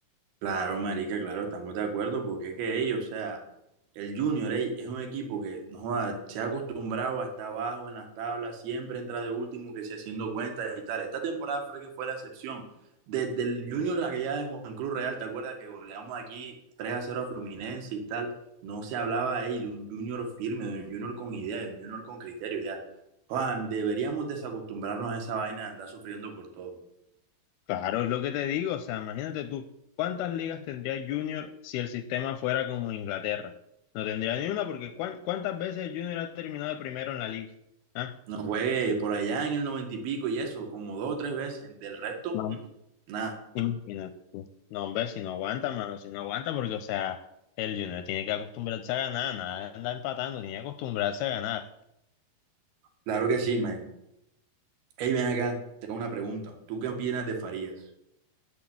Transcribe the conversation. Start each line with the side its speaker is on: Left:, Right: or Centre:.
Right: Claro, marica, claro, estamos de acuerdo, porque es que ellos, o sea, el Junior ey, es un equipo que no joda, se ha acostumbrado a estar abajo en las tablas, siempre entra de último, que se haciendo cuentas y tal. Esta temporada fue que fue la excepción. Desde el Junior, la que ya de Juan Cruz Real, ¿te acuerdas que goleamos aquí 3 a cero a Fluminense y tal? No se hablaba ey, de un Junior firme, de un Junior con idea, de un Junior con criterio, ya. Juan, deberíamos desacostumbrarnos a esa vaina de andar sufriendo por todo.
Left: Claro, es lo que te digo, o sea, imagínate tú, ¿cuántas ligas tendría Junior si el sistema fuera como Inglaterra? No tendría ni una porque ¿cuán- ¿cuántas veces Junior ha terminado de primero en la liga? ¿Ah?
Right: No juegue por allá en el noventa y pico y eso, como dos o tres veces. Del resto,
Left: No.
Right: mm, mm, nada.
Left: Imagínate tú. No, hombre, si no aguanta, mano, si no aguanta porque, o sea, el Junior tiene que acostumbrarse a ganar, nada, de andar empatando, tiene que acostumbrarse a ganar.
Right: Claro que sí, man. Hey, ven acá, tengo una pregunta. ¿Tú qué opinas de Farías?